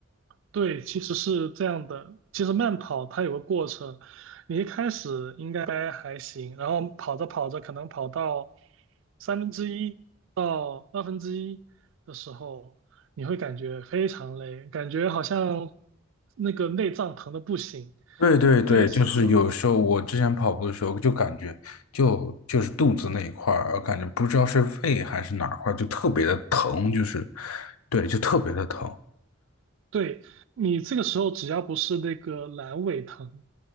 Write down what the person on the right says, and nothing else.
对，其实是这样的。其实慢跑它有个过程，你一开始应该还行，然后跑着跑着，可能跑到三分之一到二分之一的时候，你会感觉非常累，感觉好像那个内脏疼的不行。
这个时候，
对，你这个时候只要不是那个阑尾疼，